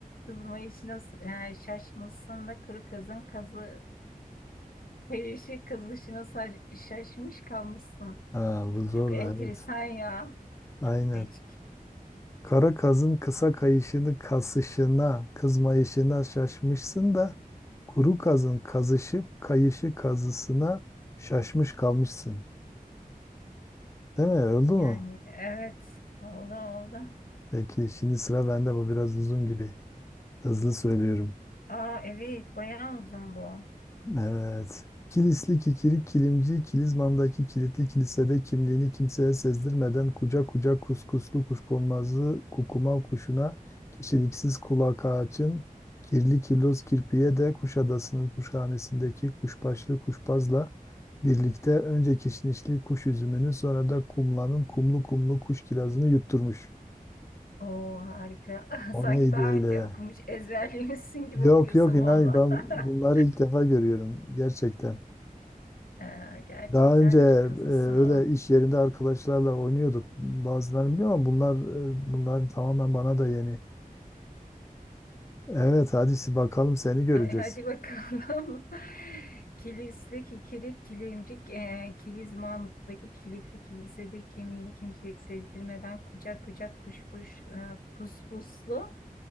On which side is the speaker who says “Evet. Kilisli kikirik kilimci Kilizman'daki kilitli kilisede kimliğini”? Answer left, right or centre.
Left